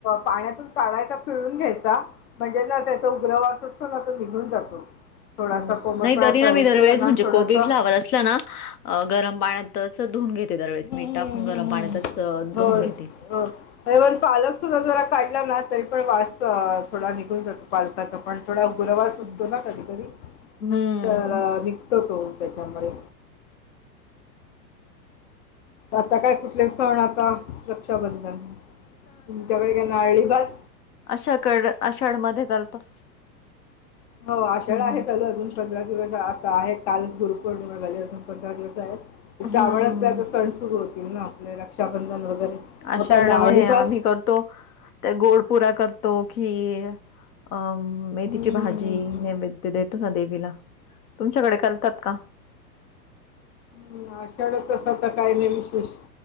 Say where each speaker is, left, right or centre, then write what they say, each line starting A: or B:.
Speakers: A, on the left (about 45°); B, on the left (about 65°).
A: पाण्यातून काढायचा पिळून घ्यायचा म्हणजे त्याचा उग्रवास असतो ना निघून जातो थोडासा
B: हम्म
A: कोमटपणा
B: नाही तरी
A: असं
B: ना मी
A: हे
B: दरवेळेस
A: केलं ना
B: म्हणजे
A: थोडस
B: कोबी
A: हम्म
B: फ्लावर असलं ना गरम पाण्यात तसच धुऊून घेते दरवेळेस मीठ
A: हम्म
B: टाकून गरम
A: हम्म
B: पाण्यातच
A: हम्म
B: धुऊून
A: होय
B: घेते
A: हो. पालक सुद्धा जरा काढला ना तरी पण वास थोडा निघून जातो पालकाचा पण थोडा गुरवास असतो
B: हम्म.
A: ना कधी कधी
B: हम्म.
A: तर निघतो तो त्याच्यामुळे आता काय कुठले सण आता रक्षाबंधन तुमच्याकडे काय नारळीभात
B: अशाकड आषाढ मध्ये चालतो
A: हो आषाढ आहे
B: हं.
A: चालू अजून पंधरा दिवस आहे कालच गुरुपौर्णिमा झाली असून पंधरा दिवस आहेत
B: हम्म.
A: श्रावणातले आता सण सुरू होतील ना आपले रक्षाबंधन वगैरे
B: आषाढ
A: मग काय नारळी
B: व हे
A: भात
B: आम्ही करतो ते गोड पुऱ्या करतो खीर अ मेथीची
A: हं, हं,
B: भाजी
A: हं, हं.
B: नैवेद्य ते देतो ना देवीला तुमच्याकडे करतात का
A: ह आषाढ असं तस आता काही नाही विशेष